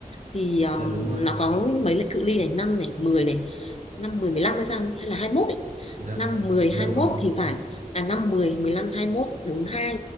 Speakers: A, on the left; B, on the right.
A: thì um,
B: dạ đúng rồi,
A: nó có mấy lệnh cự ly này năm này 10 này năm mười mười lăm hay sao hay là 21 ấy.
B: dạ,
A: năm mười
B: dạ
A: hai mốt
B: vâng,
A: thì phải là năm mười mười lăm hai mốt bốn hai